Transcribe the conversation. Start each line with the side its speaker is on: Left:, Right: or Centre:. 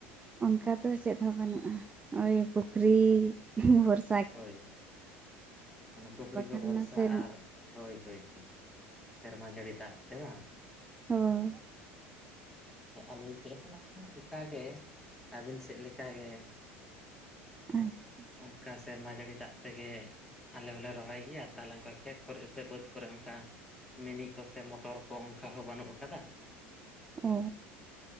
Right: ᱚᱱᱠᱟ ᱫᱚ ᱪᱮᱫ ᱦᱚᱸ ᱵᱟᱹᱱᱩᱜᱼᱟ ᱳᱭ ᱯᱩᱠᱷᱨᱤ
Centre: ᱟᱪᱪᱷᱟ ᱟᱪᱪᱷᱟ
Right: ᱵᱷᱚᱨᱥ
Centre: ᱦᱳᱭ ᱦᱳᱭ ᱾ ᱢᱟᱱᱮ ᱯᱩᱠᱷᱨᱤ
Right: ᱟᱨ ᱵᱟᱠᱷᱟᱱ
Centre: ᱠᱚ ᱵᱷᱚᱨᱥᱟ
Right: ᱱᱟᱥᱮ
Centre: ᱟᱨ ᱦᱳᱭ ᱦᱳᱭ ᱦᱳᱭ, ᱥᱮᱨᱢᱟ ᱡᱟᱹᱲᱤ ᱫᱟᱜ ᱛᱮ ᱵᱟᱝ?
Right: ᱦᱳᱭ ᱾
Centre: ᱟᱹᱞᱤᱧ ᱥᱮᱫ ᱦᱚᱸ ᱱᱟᱜ ᱠᱷᱟᱱ ᱚᱱᱠᱟ ᱜᱮ ᱟᱹᱵᱤᱱ ᱥᱮᱫ ᱞᱮᱠᱟ ᱜᱮ ᱾
Right: ᱟᱪᱪᱷᱟ ᱾
Centre: ᱚᱱᱠᱟ ᱥᱮᱨᱢᱟ ᱡᱟᱹᱲᱤ ᱫᱟᱜ ᱛᱮᱜᱮ ᱟᱞᱮ ᱦᱚᱸᱞᱮ ᱨᱚᱦᱚᱭ ᱜᱮᱭᱟ ᱛᱟᱦᱚᱞᱮ ᱚᱱᱠᱟ ᱠᱷᱮᱛ ᱠᱚᱨᱮ ᱥᱮ ᱵᱟᱹᱫᱽ ᱠᱚᱨᱮ ᱚᱱᱠᱟ ᱢᱤᱱᱤ ᱠᱚ ᱥᱮ ᱢᱚᱴᱚᱨ ᱠᱚ ᱚᱱᱠᱟ ᱦᱚᱸ ᱵᱟᱹᱱᱩᱜ ᱟᱠᱟᱫᱟ ᱾
Right: ᱚ ᱾